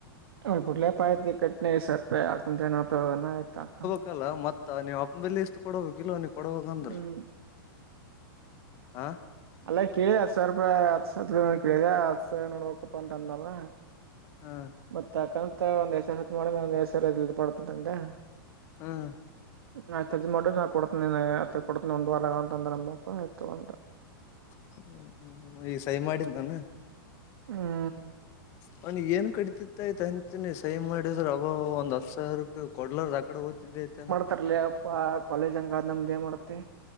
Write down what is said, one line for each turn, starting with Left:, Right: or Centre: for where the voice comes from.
Right: ಅವ್ ಬಿಡ್ಲೆಪ ಆಯ್ತಿ ಕಟ್ ಸರ್ ರೂಪಾಯಿ ಆಕ್ತಂದ್ರ ನೂಪ ಆಯತ ಆಗ್ತಾನ.
Left: ಹಾಕಲ್ಲ ಮತ್ತ ನೀವ್ ಅಪ್ಪ ಬೆಲಿ ಇಷ್ಟು ಕೊಡಬೇಕ ಕ ಇಲೋ ನೀ ಕೊಡವಾಗಂದ್ರ.
Right: ಹ್ಮ್
Left: ಹಾ
Right: ಅಲ್ಲೇ ಕೇಳಿದೆ ಹತ್ ಸಾವಿರ ರೂಪಾಯಿ ಹತ್ ಸರ ಕೇಳಿದೆ ಹತ್ ಸಾವಿ ನೋಡ್ಬೇಕಪ್ಪಾ ಅಂತ ಅಂದಲ್ಲ.
Left: ಹಾ
Right: ಮತ್ತ ಅಕಂತ ಒಂದ್ ಎ ಸ ಹತ್ ಮಾಡ ಒಂದ್ ಸಡತಂತಂತೆ <inaudible>
Left: ಹ್ಮ್
Right: ಆಯ್ತ ತಜ್ ಮಾಡ್ರ ನ ಕೊಡತ ಕೊಡತ ಒಂದ ವಾರಗಂತ ಅಂದ ನಮ್ಮಪ್ಪಾ ಆಯ್ತು ಅಂತ.
Left: ಹ ಈಗ ಸಹಿ ಮಾಡಿದ್ದ ನಾನ.
Right: ಹ್ಮ್
Left: ಅವನು ಏನ್ ಕಡಿತತಿತ್ತಾಯತ್ ಅಂತನಿ ಸೈ ಮಾಡ. ನಡಿದ್ರ ಅಬ ಒಂದ್ ಹತ್ ಸಾವಿರಕ್ಕೆ ಕೊಡ್ಲಾರ ಆಕಡೆಓದ್ತಿದ್ದೈತೆ.
Right: ತರಲ ಅಪ್ಪ ಕಾಲೇಜ್ ಹಂಗಗೆ ನಮ್ದೇ ಮಾಡತೆ.